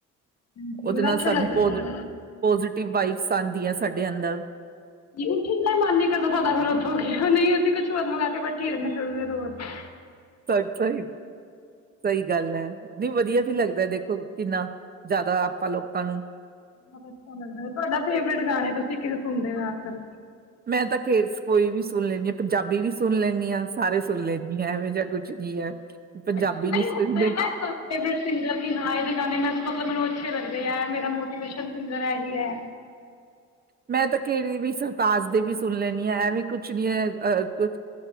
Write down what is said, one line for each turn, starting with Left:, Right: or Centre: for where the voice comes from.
Left: ਹਾਂਜੀ
Right: ਉਹਦੇ
Left: ਬੜਾ
Right: ਨਾਲ
Left: ਅੱਛਾ
Right: ਸਾਨੂੰ
Left: ਲੱਗਦਾ
Right: ਪੋਜ਼ਟਿਵ ਵਾਈਬਸ ਆਉਂਦੀ ਹੈ ਸਾਡੇ ਅੰਦਰ।
Left: ਉੱਠਣ ਦਾ ਹੀ ਮਨ ਨੀ ਕਰਦਾ ਸਾਡਾ, ਫਿਰ ਉੱਥੋਂ ਨਹੀਂ ਅਸੀਂ ਕੁਝ ਹੋਰ ਮੰਗਾ ਕੇ ਬੈਠੇ ਹੀ ਰਹਿੰਦੇ ਰੋ ।
Right: ਸਹੀ ਸਹੀ ਸਹੀ ਗੱਲ ਏ। ਨਹੀਂ ਵਧੀਆ ਵੀ ਲੱਗਦਾ ਦੇਖੋ। ਕਿੰਨਾ ਜ਼ਿਆਦਾ ਆਪਾਂ ਲੋਕਾਂ ਨੂੰ
Left: ਬਹੁਤ ਅੱਛਾ ਲੱਗਦਾ ਏ। ਤੁਹਾਡਾ ਫੇਵਰੇਟ ਗਾਣੇ ਤੁਸੀਂ ਕਿਹੜੇ ਸੁਣਦੇ ਹੋ ਅੱਜ ਕੱਲ?
Right: ਮੈਂ ਤਾਂ ਖੇਰ ਕੋਈ ਵੀ ਸੁਣ ਲੈਂਦੀ ਹਾਂ। ਪੰਜਾਬੀ ਵੀ ਸੁਣ ਲੈਂਦੀ ਹਾਂ । ਸਾਰੇ ਸੁਣ ਲੈਂਦੀ ਹਾਂ ਐਵੇਂ ਜਾ ਕੁੱਝ ਵੀ ਹੈ। ਪੰਜਾਬੀ
Left: ਫੇਵਰੇਟ
Right: ਨੀ ਸੁਣਦੇ
Left: ਸਿੰਗਰ ਕਿ ਹਾਂ ਇਹਦੇ ਗਾਣੇ ਮੈ ਮਤਲਬ । ਅੱਛੇ ਲੱਗਦੇ ਹੈ । ਮੇਰਾ ਮੋਟੀਵੇਸ਼ਨ ਸਿੰਗਰ ਐਹੀ ਹੈ।
Right: ਮੈਂ ਤਾਂ ਕਿਹੜੇ ਵੀ ਸਰਤਾਜ ਦੇ ਵੀ ਸੁਣ ਲੈਂਦੀ ਹਾਂ । ਐਵੇਂ ਕੁਝ ਨੀ ਹੈ ।ਅ